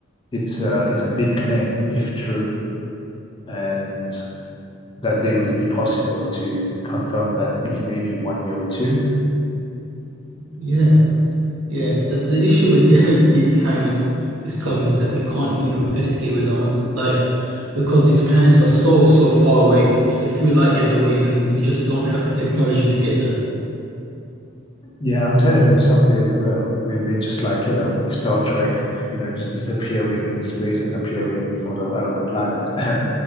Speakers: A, on the left; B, on the right.
A: it's a, it's a big claim if true, and that they will be possible to confirm that in maybe one year or two.
B: Yeah. Yeah, the, the issue with the, <laughs> these kind of discoveries is that we can't, you know, investigate with our own life because these planets are so, so far away. It's a few light years away, and we just don't have the technology to get there.
A: Yeah, I'm telling you, someday we will. We'll be just like, you know, Star Trek, you know, d- disappearing in space and appearing in front of another planet. <laughs> And